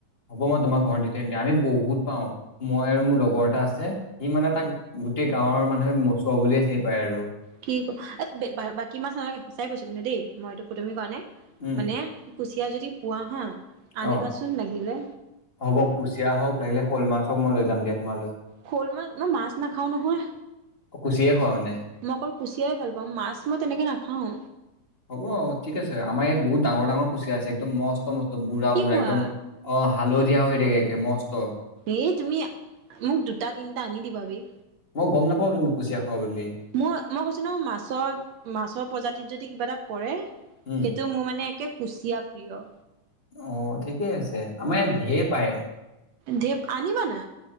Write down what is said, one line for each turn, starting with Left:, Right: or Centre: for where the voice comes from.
Left: হ'ব, মই তোমাক ঘৰত দি থৈ আহিম দিয়া, আমি বহুত পাওঁ। মই আৰু মোৰ লগৰ এটা আছে, সি মানে তাক গোটেই গাঁৱৰ মানুহে মচোৱা বুলিয়ে চিনি পায় আৰু।
Right: কি ক, বাকী মাছ নালাগে, সঁচাই কৈছো কিন্তু দেই, মই এইটো ফুটোৱামি কৰা নাই,
Left: উম
Right: মানে কুচিয়া যদি পোৱা হা, আনিবাচোন
Left: অ
Right: লাগিলে।
Left: হ'ব কুচিয়া হ'ওক, লাগিলে শৌল মাছ হ'ওক, মই লৈ যাম দিয়া তোমালৈ।
Right: শৌল মাছ, মই মাছ নাখাওঁ নহয়।
Left: কুচিয়ে খোৱা মানে
Right: মই অকল কুচিয়াই ভাল পাওঁ, মাছ মই তেনেকৈ নাখাওঁ।
Left: হ'ব, ঠিক আছে, আমাৰ ইয়াত বহুত ডাঙৰ, ডাঙৰ কুচিয়া আছে, একদম মস্ত, মস্ত বুঢ়া,
Right: কি
Left: বুঢ়া
Right: কোৱা
Left: একদম অ, হালধীয়া হৈ থাকে, একে মস্ত
Right: এই তুমি মোক দুটা, তিনিটা আনি দিবা, বেই
Left: মই গম নাপাওঁ, তুমি কুচিয়া খোৱা বুলি।
Right: মই, মই কৈছো ন, মাছৰ মাছৰ প্ৰজাতিত যদি কিবা এটা পৰে।
Left: উম,
Right: সেইটো মোৰ মানে একে, কুচিয়া প্ৰিয়।
Left: অ, ঠিকেই আছে, আমাৰ ইয়াত ঢেৰ পায়।
Right: ঢে, আনিবা না।